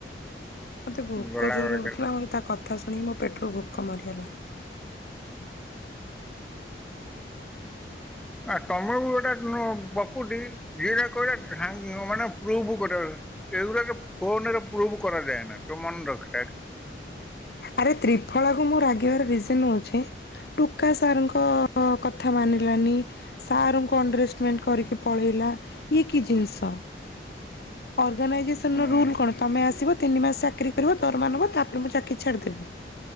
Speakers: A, on the left; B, in the centre.
A: ମୋତେ ଭୋକ
B: ଗଲାବେଳେ
A: ଜୋରରେ ହେଉଥିଲା
B: କେବେ।
A: ମୋତେ ତା କଥା ଶୁଣିକି ମୋ ପେଟରୁ ଭୋକ ମରିଗଲା।
B: ହୁଁ। ଆ ତମର ବି ଗୋଟେ ନୁ ପ୍ରକୃତି ଯିଏ ଯାହା କହିଲା ଧାଇ ମାନେ ପ୍ରୁଭ କରି ଏ ଗୁଡ଼ାକ ଫୋନ୍ ରେ ପ୍ରୁଫ୍ କରାଯାଏନା ତୁ ମନେ ରଖେ।
A: ଆରେ ତ୍ରିଫଳା କୁ ମୁଁ ରାଗିବାର ରିଜନ୍ ହଉଛି। ଟୁକା ସାର୍ କ କଥା ମାନିଲାନି ସାର୍ ଙ୍କୁ ଅଣ୍ଡରେଷ୍ଟମେଣ୍ଟ କରିକି ପଳେଇଲା। ଇଏ କି ଜିନିଷ। ଅର୍ଗାନାଇଜେସନ୍
B: ହୁଁ।
A: ର ରୁଲ କଣ ତମେ ଆସିବ ତିନି ମାସ ଚାକିରି କରିବ ଦରମା ନବ ତାପରେ ମୁଁ ଚାକିରୀ ଛାଡିଦେବି।